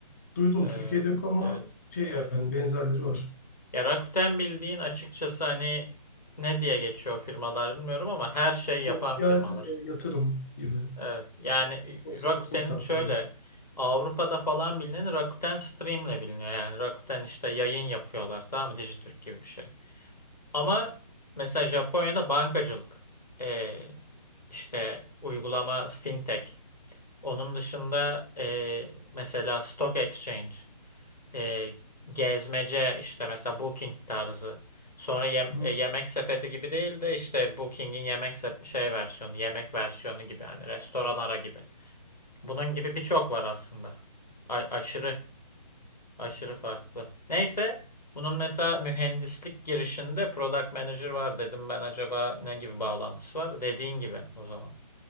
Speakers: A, on the left; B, on the left.
A: Duydum
B: Ee,
A: Türkiye'de yok ama
B: evet.
A: şey
B: Evet.
A: yani benzerleri var.
B: Ya Rakuten bildiğin açıkçası hani ne diye geçiyor firmalar bilmiyorum ama her şey yapan
A: Sosyal
B: firmalar.
A: e, yatırım gibi.
B: Evet. Yani
A: Sosyal
B: Rakuten'in
A: yatırım platformu.
B: şöyle Avrupa'da falan bilinen Rakuten Stream'le biliniyor. Yani Rakuten işte yayın yapıyorlar tamam mı? Dijitürk gibi bir şey. Ama mesela Japonya'da bankacılık e, işte uygulama fintech. Onun dışında e, mesela stock exchange, e, gezmece işte mesela booking tarzı. Sonra yem-
A: Hı,
B: e, yemek sepeti gibi değil de işte Booking'in yemek sep- şey versiyonu, yemek versiyonu gibi yani restoran ara gibi. Bunun gibi birçok var aslında. A- aşırı, aşırı farklı. Neyse, bunun mesela mühendislik girişinde product manager var dedim ben acaba ne gibi bağlantısı var? Dediğin gibi o zaman.